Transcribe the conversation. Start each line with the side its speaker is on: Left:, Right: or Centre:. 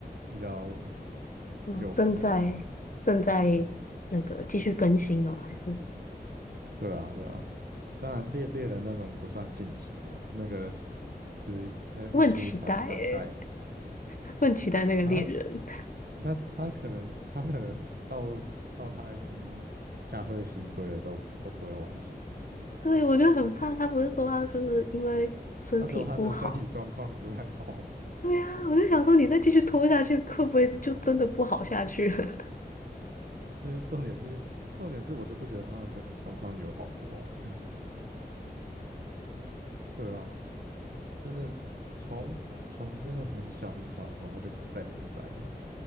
Right: 比较
Left: 嗯，
Right: 有名的吗？
Left: 正在正在那个继续更新哦，还是
Right: 对啊，对啊，当然猎猎人那种不算近期的，那个就是那一书传三代
Left: 我很期待耶，<laughs> 我很期待那个猎人。
Right: 啊，他他可能他可能到到他已经驾鹤西归了都都不会完结。
Left: <laughs> 对，我就很怕他，不是说他就是因为身体不好。
Right: 他说他的身体状况不太好，
Left: 对啊，我就想说，你再继续拖下去，会不会就真的不好下去了？
Right: <laughs> 不是重点是重点是我就不觉得他的身体状况有好过啊。<laughs> 对啊，真的从从真的很小很小的时候他就在连载耶，